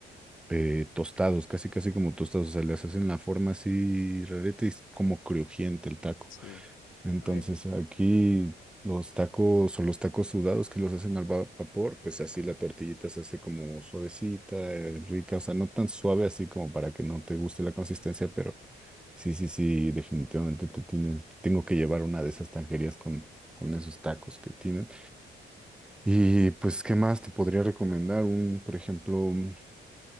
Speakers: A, in the centre; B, on the left (about 85°).
A: eh, tostados, casi casi como tostados, o sea, les hacen la forma así rareta y es como crujiente el taco.
B: <laughs> Sí,
A: Entonces
B: a ver,
A: aquí los tacos o los tacos sudados que los hacen al va- vapor, pues así la tortillita se hace como suavecita, eh, rica, o sea, no tan suave así como para que no te guste la consistencia, pero sí, sí, sí, definitivamente te tienes, tengo que llevar una de esas taquerías con, con esos tacos que tienen. Y pues, ¿qué más te podría recomendar? Un, por ejemplo, mm,